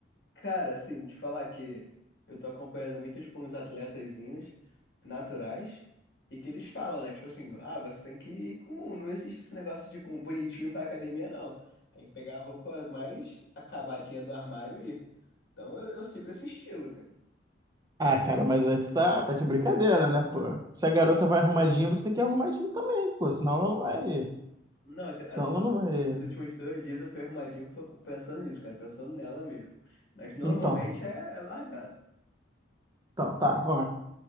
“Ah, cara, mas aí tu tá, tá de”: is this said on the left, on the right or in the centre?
Right